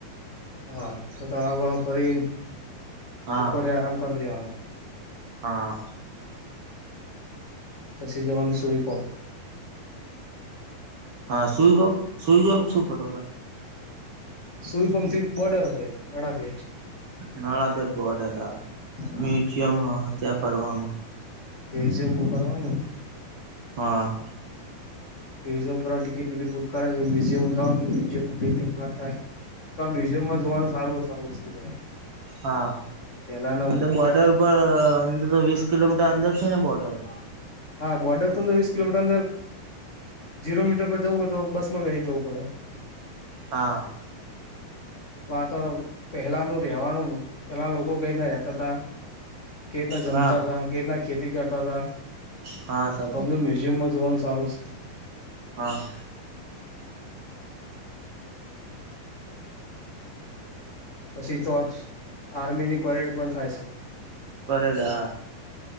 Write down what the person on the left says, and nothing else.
હા તો તળાવ બળાવ ફરી.
ઉપરે આરામ કરી લેવાનું.
પછી જવાનું સુઈ કોમ
સુઈ કોમથી બોર્ડર ભાઈ ગડા ભેટ.
હા
મ્યુઝિયમમાં ફરવાનું
મ્યુઝામ પર ટિકિટ વિકિટ બુક કરાવી મ્યઝમમાં જવાનું મઝમમાં બે થી કલાક થાય. તો આ મ્યુઝિયમમાં જોવાનું સારું સારું વસ્તુ હોય.
પેલાના
હા બોર્ડર તો વીસ કલોમીટર અંદર જીરો મીટર પર જવું હોય તો બસમાં બેહી ને જવું પડે.
<inaudible> વા તો પહેલાનું રહેવાનું પહેલા લોકો કઈ ના રતા હતા. કેતા જમતા
હતા કેટલા ખેતી કરતા હતા.
તો બી મ્યુઝિયમમાં જોવાનું સારું છે.
પછી તો આર્મીની પરેડ પણ થાય છે.